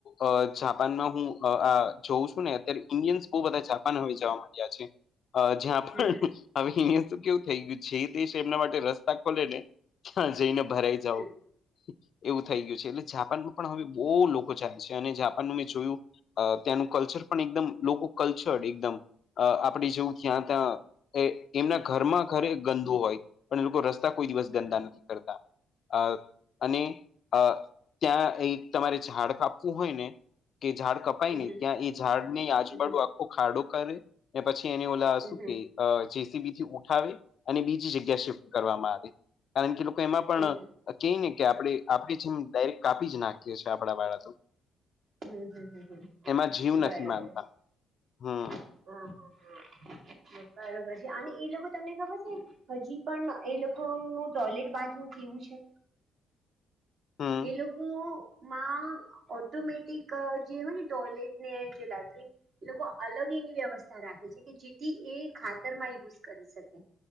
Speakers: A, on the left (about 60°); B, on the right (about 60°).
A: અ જાપાનમાં હું અ આ જોઉં છું ને અત્યારે ઇન્ડિયન્સ બહ બધા જાપાન હવે જવા માંડ્યા છે. અ જ્યાં પણ
B: હમ
A: હવે અહીયાયા તો કેવું થઈ ગયું જે દેશ એમના માટે રસ્તા ખોલે ને ત્યાં જઈને ભરાઈ જાઓ.
B: હમ
A: એવું થઈ ગયું છે એટલે જાપાનમાં પણ હવે બહુ લોકો જાય છે અને જાપાનમાં મેં જોયું અ ત્યાંનું કલ્ચર પણ એકદમ લોકો કલ્ચર એકદમ આપણે જેવું ત્યાં ત્યાં એ એમના ઘરમાં ઘરે ગંદો હોય પણ એ લોકો રસ્તા કોઈ દિવસ ગંદા નથી કરતા. અ અને અ ત્યાં એ તમારે ઝાડ કાપવું હોય ને કે ઝાડ કપાય
B: હમ
A: નને ત્યાં એ ઝાડ ને આજુબાજુ
B: હમ હમ
A: આખો ખાડો કરે પછી એને ઓલા
B: હમ
A: શું
B: હમ
A: કેય્ જેસીબી થી ઉઠાવે અને બીજી જગ્યા શિફ્ટ કરવામાં આવે. કારણ કે લોકો એમાં પણ
B: હમ
A: ક ને કે આપણે આપણે જેમ ડાયરેક્ટ કાપી જ નાખીએ છીએ આપણા વાળા તો.
B: હમ હમ હમ હમ
A: એમાં જીવ નથી
B: બરોબર.
A: માનતા હમ
B: હા હા હા બરોબર છે અને એ લોકો તમને ખબર છે હજી પણ એ લોકો નું ટોયલેટ બાથરૂમ કેવું છે.
A: હમ
B: એ લોકો માં ઓટોમેટ. જે હો ને ટોયલેટ ને જે લેટરીન. એ લોકો અલગ એની વ્યવસ્થા રાખે છે કે જેથી એ ખાતર માં યુઝ કરી શકે.